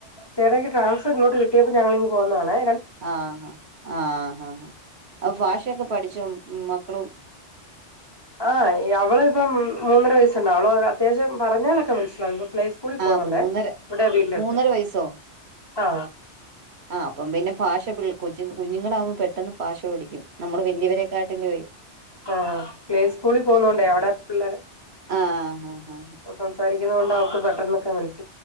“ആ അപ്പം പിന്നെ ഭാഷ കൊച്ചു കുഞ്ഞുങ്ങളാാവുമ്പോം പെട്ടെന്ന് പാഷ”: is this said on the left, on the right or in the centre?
Right